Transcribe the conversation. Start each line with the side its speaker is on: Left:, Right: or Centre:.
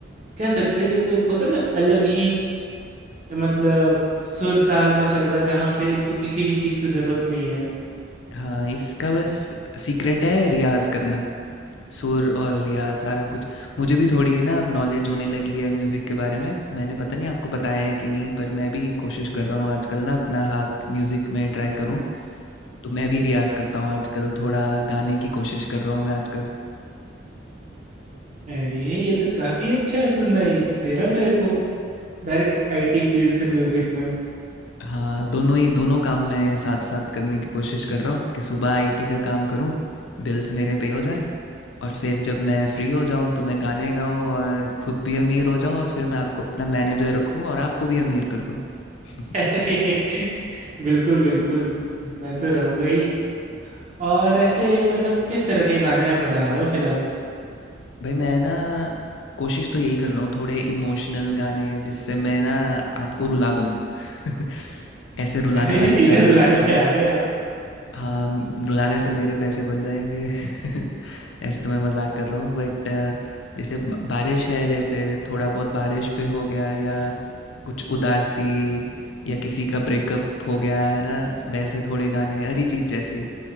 Right: कह सकते हैं ये तो एक होता है ना अलग ही मतलब सुर ताल में चल रहा है जहाँ पे इनको किसी भी चीज की जरूरत नहीं है
Left: हाँ, इसका बस सीक्रेट है रियाज़ करना, सुर और रियाज़ सारा कुछ। मुझे भी थोड़ी ना अब नॉलेज होने लगी है म्यूज़िक के बारे में। मैंने पता नहीं आपको बताया है कि नहीं पर मैं भी कोशिश कर रहा हूँ आजकल ना अपना हाथ म्यूज़िक में ट्राई करूँ। तो मैं भी रियाज़ करता हूँ आजकल, थोड़ा गाने की कोशिश कर रहा हूँ मैं आजकल।
Right: अरे ये तो काफी अच्छा सुनाई दे रहा मेरे को डायरेक्ट आईटी फील्ड से म्यूजिक में
Left: हाँ, दोनों ही दोनों काम मैं साथ-साथ करने की कोशिश कर रहा हूँ कि सुबह आईटी का काम करूँ, बिल्स मेरे पे हो जाएँ और फिर जब मैं फ्री हो जाऊँ तो मैं गाने गाऊँ और खुद भी अमीर हो जाऊँ और फिर मैं आपको अपना मैनेजर रखूँ और आपको भी अमीर कर दूँ। <laughs>
Right: <laughs> अरे बिल्कुल बिल्कुल मैं तो रहूंगा ही और ऐसे मतलब किस तरह के गाने आप बना रहे हो फिलहाल
Left: भई मैं ना कोशिश तो यही कर रहा हूँ थोड़े इमोशनल गाने जिससे मैं ना आपको रुला दूँ। <laughs> ऐसे रुलाने
Right: अरे
Left: वाले
Right: <laughs> सीधे
Left: गाने
Right: रुलाने
Left: बनाने
Right: पे आ गए आप
Left: हाँ रुलाने से मेरे पैसे बन जाएंगे <laughs> ऐसे तो मैं मजाक कर रहा हूँ बट जैसे ब- बारिश है जैसे थोड़ा बहुत बारिश पे हो गया या कुछ उदासी या किसी का ब्रेकअप हो गया है ना वैसे थोड़े गाने अरिजीत जैसे ही